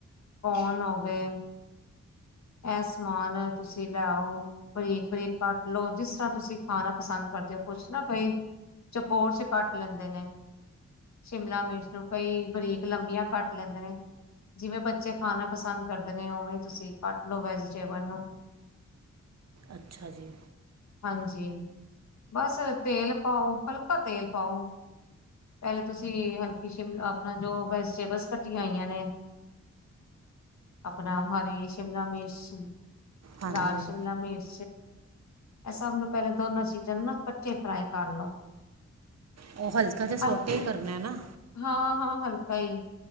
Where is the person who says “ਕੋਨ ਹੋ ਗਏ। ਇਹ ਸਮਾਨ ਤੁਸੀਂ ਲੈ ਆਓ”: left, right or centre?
Left